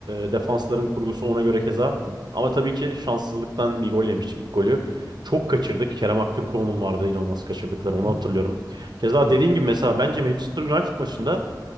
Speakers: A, on the right (about 75°); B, in the centre.
A: e, defansların kurgusu ona göre keza.
B: Evet.
A: Ama tabii ki şanssızlıktan bir gol yemiştik ilk golü. Çok kaçırdık. Kerem Aktürkoğlu'nun vardı inanılmaz kaçırdıkları
B: Hı hı.
A: onu hatırlıyorum. Keza
B: Evet.
A: dediğin gibi mesela bence Manchester United maçında